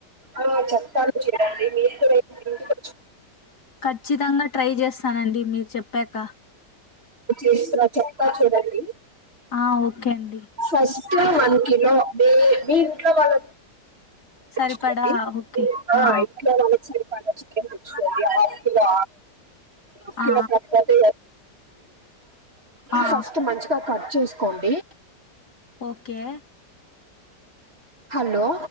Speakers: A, on the right; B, on the left.
A: ఆ చెప్తాను చూడండి మీరు కూడా ఇంటికి వచ్చ.
B: ఖచ్చితంగా ట్రై చేస్తానండి మీరు చెప్పాక.
A: చేస్తరా చెప్తా చూడండి.
B: ఆ ఓకే అండి.
A: ఫస్ట్ వన్ కిలో బే బి ఇంట్లో వాళ్ళ. తెచ్చుకోండిఆ
B: సరిపడా ఓకే ఆ
A: ఇట్లా వాళ్ల వ. చికెన్ తెచ్చుకోండి హాఫ్ కిలో ఆఫ్ కిలో
B: ఆ
A: కాకపోతే.
B: ఆ
A: ఫస్ట్ మంచిగా కట్ చేసుకోండి.
B: ఓకే.
A: హలో.